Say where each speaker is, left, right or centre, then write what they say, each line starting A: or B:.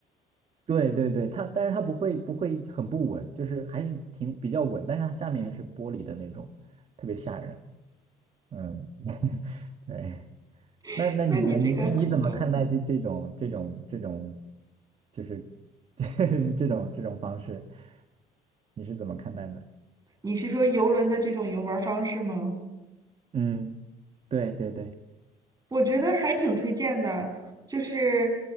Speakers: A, on the right; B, on the right.
A: 对对对，它但是它不会不会很不稳，就是还是挺比较稳，但是它下面是玻璃的那种，特别吓人。嗯，对。
B: <laughs>
A: 那那你呢？
B: 那你这个恐高，
A: 你你你怎么看待这这种这种这种，就是 <laughs> 这种这种方式？你是怎么看待的？
B: 你是说游轮的这种游玩方式吗？
A: 嗯，对对对。
B: 我觉得还挺推荐的，就是